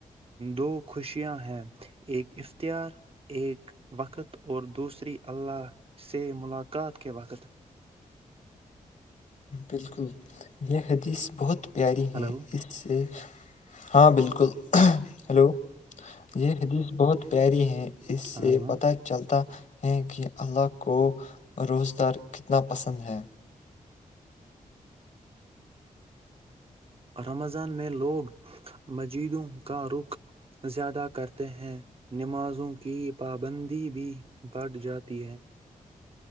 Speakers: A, on the right; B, on the left.
A: دو خوشیاں ہیں ایک اختیار ایک وقت اور دوسری اللہ سے ملاقات کے وقت
B: بالکل یہ حدیث بہت پیاری
A: ہلو
B: ہیں اس سے ہاں بالکل ہلو یہ حدیث بہت پیری ہیں اس
A: ہاں
B: سے
A: ہاں
B: پتا چلتا ہیں کہ اللہ کو روزدار کتنا پسند ہے
A: رمضان میں لوگ مجیدوں کا رخ زیادہ کرتے ہیں نمازوں کی پابندی بھی بڑھ جاتی ہے